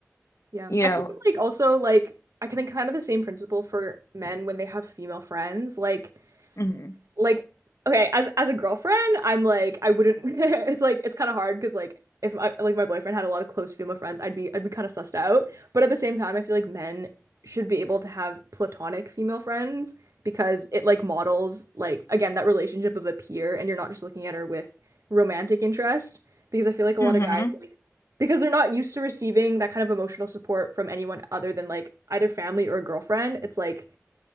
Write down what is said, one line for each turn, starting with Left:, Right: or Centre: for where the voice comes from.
Right: Yeah.
Left: you
Right: I
Left: know.
Right: think it's like also like I can think kind of the same principle for men when they have female friends. Like
Left: hmm
Right: like okay, as as a girlfriend, I'm like I wouldn't <laughs> it's like it's kind of hard because like if my, like my boyfriend had a lot of close female friends, I'd be I'd be kind of sussed out. But at the same time, I feel like men should be able to have platonic female friends because it like models like again that relationship of a peer and you're not just looking at her with romantic interest because I feel like a lot
Left: hmm
Right: of guys like because they're not used to receiving that kind of emotional support from anyone other than like either family or a girlfriend. It's like